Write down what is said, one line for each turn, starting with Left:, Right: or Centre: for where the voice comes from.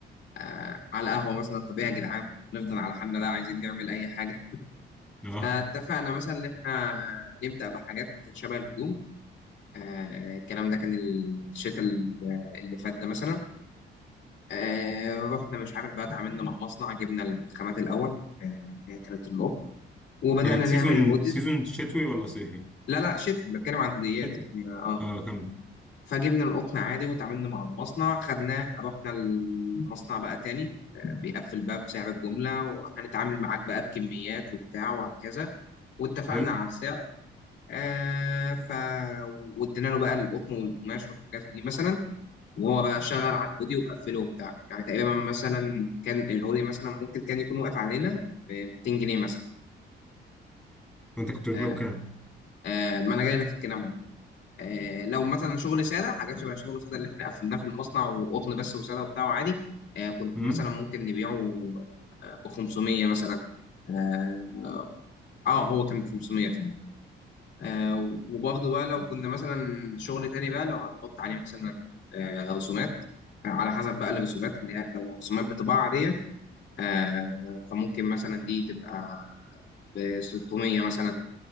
Left: آه على قهوه مثلا طب ايه يا جدعان نفضل على حالنا لا عايزين نعمل اي حاجه
Centre: اه
Left: فاتفقنا مثلا ان احنا نبدا بحاجات شبه الهدوم آه الكلام ده كان الشتاء اللي فات ده مثلا آه رحنا مش عارف بقى اتعاملنا مع مصنع جبنا الخامات الاول آه، اللي هي كانت القطن وبدانا
Centre: كانت سيزون
Left: نعمل الهودز
Centre: سيزون شتوي ولا صيفي
Left: لا لا شيت بتكلم عن هديات
Centre: شتوي
Left: اه
Centre: اه كم
Left: فجبنا القطن عادي وتعاملنا مع المصنع خدناه رحنا المصنع بقى تاني آه، بيقفل بقى بسعر الجملة وهنتعامل معاك بقى بكميات وبتاع وهكذا واتفقنا
Centre: حلو
Left: على السعر آه ف وادينا له بقى القطن والقماش والحاجات دي مثلا وهو بقى شغل على الهودي وقفله وبتاع يعني تقريبا مثلا كان الهودي مثلا ممكن كان يكون واقف علينا ب 200 جنيه مثلا
Centre: وانت كنت بتبيعه
Left: آه
Centre: بكام
Left: آه ما انا جاي لك في الكلام اهو آه لو مثلا شغل ساده حاجات شبه شغل ساده اللي احنا قفلناه في المصنع وقطن بس وساده وبتاع وعادي آه كنت
Centre: امم
Left: مثلا ممكن نبيعه ب 500 مثلا اه آه، هو كان 500 فعلا آه وبرضه بقى لو كنا مثلا شغل تاني بقى لو هنحط عليه مثلا آه رسومات على حسب بقى الرسومات اللي هي لو رسومات بطباعة عادية آه، فممكن مثلا دي تبقى ب 600 مثلا